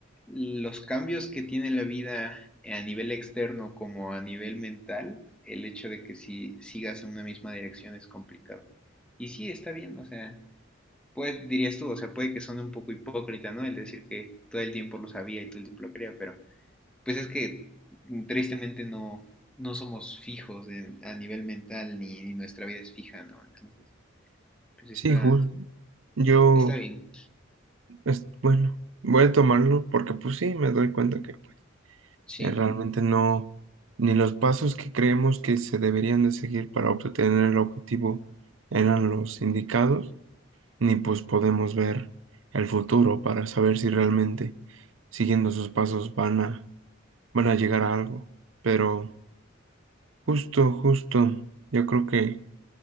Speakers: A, in the centre; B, on the right.
A: los cambios que tiene la vida a nivel externo como a nivel mental, el hecho de que si sigas en una misma dirección es complicado. Y sí, está bien, o sea, pues dirías tú, o sea, puede que suene un poco hipócrita, ¿no? El decir que todo el tiempo lo sabía y todo el tiempo lo quería pero pues es que tristemente no, no somos fijos de, a nivel mental ni, ni, nuestra vida es fija, ¿no? Entonces, pues está,
B: Sí, Jul. Yo,
A: está bien,
B: es, bueno, voy a tomarlo porque pues sí, me doy cuenta que
A: sí.
B: eh, realmente no, ni los pasos que creemos que se deberían de seguir para obtener el objetivo eran los indicados, ni pues podemos ver el futuro para saber si realmente siguiendo esos pasos van a, van a llegar a algo. Pero justo, justo, yo creo que...